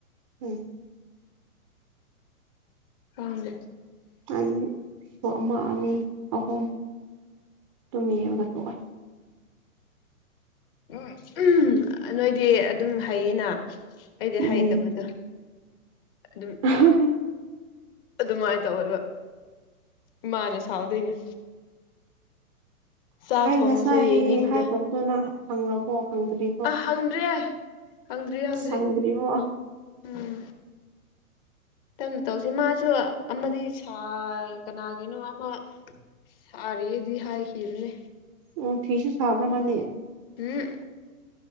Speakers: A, on the right; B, on the left.
A: ꯎꯝ
B: ꯈꯪꯗꯦ
A: ꯑꯩ ꯄꯣ ꯑꯃ ꯑꯅꯤ ꯑꯍꯨꯝ ꯇꯨꯝ ꯌꯦꯡꯉꯒ ꯊꯣꯛꯑꯦ
B: ꯎꯝ ꯍꯝ ꯑ ꯅꯣꯏꯗꯤ ꯑꯗꯨꯝ ꯍꯩꯌꯦꯅ ꯑꯩꯗꯤ
A: ꯎꯝ
B: ꯍꯩꯇꯕꯗꯣ ꯑꯗꯨꯝ
A: <unintelligible>
B: ꯑꯗꯨꯃꯥꯏ ꯇꯧꯋꯦꯕ ꯏꯃꯥꯅ ꯁꯥꯎꯗꯣꯏꯅꯦ ꯆꯥꯛ
A: ꯑꯩ
B: ꯊꯣꯡꯉꯁꯨ
A: ꯉꯁꯥꯏ
B: ꯌꯦꯡꯅꯤꯡꯕꯗꯣ
A: ꯍꯥꯏꯈ꯭ꯔꯕꯗꯣ ꯅꯪ ꯍꯪꯔꯕꯣ ꯍꯪꯗ꯭ꯔꯤ
B: ꯑꯥ ꯍꯪꯗ꯭ꯔꯤ ꯌꯦ ꯍꯪꯗ꯭ꯔꯤ ꯍꯪꯗ꯭ꯔꯤ
A: ꯁꯪꯗ꯭ꯔꯤꯕꯣ
B: ꯎꯝ ꯇꯞꯅ ꯇꯧꯁꯤ ꯃꯥꯁꯨ ꯑꯃꯗꯤ ꯁꯥ ꯀꯅꯥꯒꯤꯅꯣ ꯑꯃ ꯊꯥꯔꯤꯌꯦꯗꯤ ꯍꯥꯏꯈꯤꯕꯅꯦ
A: ꯑꯣ ꯐꯤꯁꯨ ꯁꯥꯕ꯭ꯔꯥ ꯃꯥꯗꯤ
B: ꯍꯝ